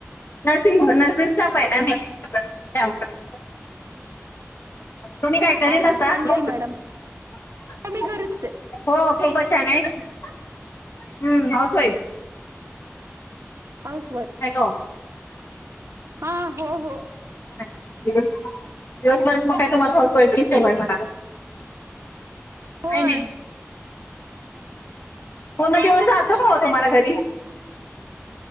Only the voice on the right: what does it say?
हा हा चांगलंय
मॅडम हो मी घरीच ते
हाऊस वाईफ.
हा हो हो
होय